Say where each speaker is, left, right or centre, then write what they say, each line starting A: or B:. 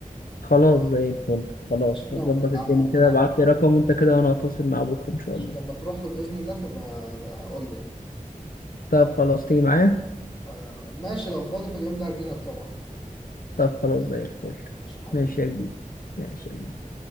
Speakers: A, on the left; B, on the left.
A: خلاص زي الفل خلاص
B: عشان لو
A: هظبط
B: ك-
A: الدنيا
B: اه
A: كده
B: يعني
A: ابعت لي رقم وانت كده وانا هتواصل مع بكره ان شاء
B: عشان
A: الله
B: لما تروح له بإذن الله تبقى آه، قول لي يعني
A: طب خلاص تيجي معايا
B: آه ماشي لو فاضي في اليوم ده هجيلك طبعا
A: طب خلاص زي الفل
B: مش حبيبي
A: ماشي يا جديد ماشي يا جديد